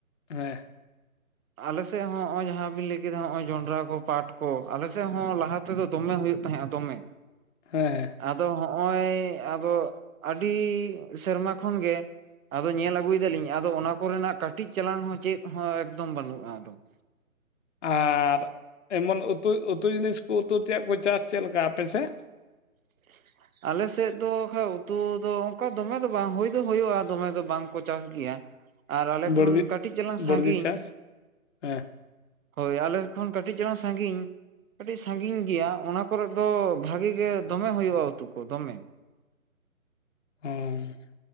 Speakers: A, on the left; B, on the right.
A: ᱦᱮᱸ ᱾
B: ᱟᱞᱮ ᱥᱮᱫ ᱦᱚᱸ ᱱᱚᱜᱼᱚᱭ ᱡᱟᱦᱟᱸ ᱵᱤᱱ ᱞᱟᱹᱭ ᱠᱮᱫᱟ ᱱᱚᱜᱼᱚᱭ ᱡᱚᱱᱰᱨᱟ ᱠᱚ ᱯᱟᱴ ᱠᱚ ᱟᱞᱮ ᱥᱮᱫ ᱦᱚᱸ ᱞᱟᱦᱟ ᱹᱹᱹ ᱛᱮᱫᱚ ᱫᱚᱢᱮ ᱦᱳᱭᱳᱜ ᱛᱟᱦᱮᱸᱜᱼᱟ ᱫᱚᱢᱮ ᱾
A: ᱦᱮᱸᱻ ᱾
B: ᱟᱫᱚ ᱦᱚᱸᱜᱼᱚᱸᱭ ᱟᱨᱚ ᱟᱹᱰᱤ ᱥᱮᱨᱢᱟ ᱠᱷᱚᱱ ᱜᱮᱹᱹᱹ ᱟᱫᱚ ᱧᱮᱞ ᱟᱹᱜᱩᱭ ᱫᱟᱞᱤᱧ ᱟᱫᱚ ᱚᱱᱟ ᱠᱚ ᱨᱮᱱᱟᱜ ᱠᱟᱹᱴᱤᱡ ᱪᱟᱞᱟᱝ ᱦᱚᱸ ᱪᱮᱫ ᱦᱚᱸ ᱮᱠᱫᱚᱢ ᱵᱟᱹᱱᱩᱜᱼᱟ ᱟᱫᱚ ᱾
A: ᱟᱻᱨ ᱮᱢᱚᱱ ᱩᱛᱩ -ᱩᱛᱩ ᱡᱤᱱᱤᱥ ᱠᱚ ᱩᱛᱩ ᱛᱮᱭᱟᱜ ᱠᱚ ᱪᱟᱥ ᱪᱮᱫ ᱞᱮᱠᱟ ᱟᱯᱮ ᱥᱮᱫ?
B: ᱰᱮᱹ-ᱥ-ᱥᱟ ᱾ ᱟᱞᱮᱥᱮᱫ ᱫᱚ ᱠᱷᱟᱡ ᱩᱛᱩ ᱫᱚ ᱚᱱᱠᱟ ᱫᱚᱢᱮ ᱫᱚ ᱵᱟᱝ ᱦᱳᱭ ᱫᱚ ᱦᱳᱭᱳᱜᱼᱟ ᱫᱚᱢᱮ ᱫᱚ ᱵᱟᱝᱠᱚ ᱪᱟᱥ ᱜᱮᱭᱟ ᱾ ᱟᱨ ᱟᱞᱮ ᱠᱷᱚᱱ
A: ᱵᱟᱲᱜᱮ
B: ᱠᱟᱹᱴᱤᱡ ᱪᱟᱞᱟᱝ ᱥᱟᱺᱜᱤᱧ
A: ᱵᱟᱲᱜᱮ ᱪᱟᱥ
B: ᱹᱹᱹ
A: ᱦᱮᱸ
B: ᱦᱳᱭ, ᱟᱞᱮ ᱠᱷᱚᱱ ᱠᱟᱹᱴᱤᱡ ᱪᱟᱞᱟᱝ ᱥᱟᱺᱜᱤᱧᱹᱹᱹ ᱟᱹᱰᱤ ᱥᱟᱺᱜᱤᱧ ᱜᱮᱭᱟ ᱚᱱᱟ ᱠᱚᱨᱮ ᱫᱚ ᱵᱷᱟᱜᱮ ᱜᱮ ᱫᱚᱢᱮ ᱦᱳᱭᱳᱜᱼᱟ ᱩᱛᱩ ᱠᱚ ᱫᱚᱢᱮ ᱾
A: ᱟᱸᱻᱢ ᱾